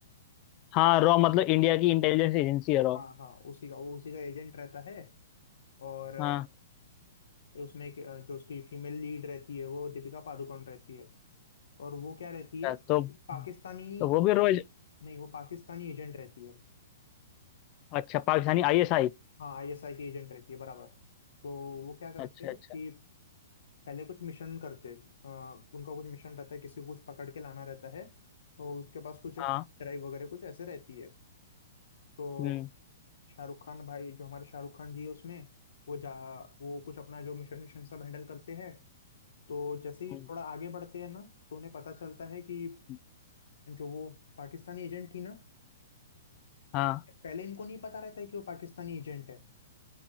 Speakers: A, on the left (about 35°); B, on the left (about 80°).
A: हाँ रॉ मतलब इंडिया की इंटेलिजेंस एजेंसी है रॉ
B: हाँ हाँ उसी का वो उसी का एजेंट रहता है और अ,
A: हाँ
B: उसमें एक, अ, जो उसकी फीमेल लीड रहती है वो दीपिका पादुकोण रहती है और वो क्या रहती है
A: अच्छा, तो
B: पाकिस्तानी
A: तो वो भी रॉ
B: नहीं वो पाकिस्तानी एजेंट रहती है
A: अच्छा पाकिस्तानी आईएसआई
B: हाँ आईएसआई की एजेंट रहती है बराबर तो वो क्या करते
A: अच्छा
B: हैं
A: अच्छा
B: कि पहले कुछ मिशन करते हैं अ, उनका कुछ मिशन रहता है किसी को कुछ पकड़ के लाना रहता है तो उसके पास कुछ एक
A: हाँ
B: ड्राइव वगैरह कुछ ऐसे रहती है तो
A: हम्म
B: शाहरुख खान भाई जो हमारे शाहरुख खान जी है उसमें वो जा वो कुछ अपना जो मिशन मिशन सब हैंडल करते हैं तो जैसे ही
A: हम्म,
B: थोड़ा आगे बढ़ते हैं ना तो उन्हें पता चलता है कि
A: हम्म,
B: जो वो पाकिस्तानी एजेंट थी ना
A: हाँ
B: पहले इनको नहीं पता रहता है कि वो पाकिस्तानी एजेंट है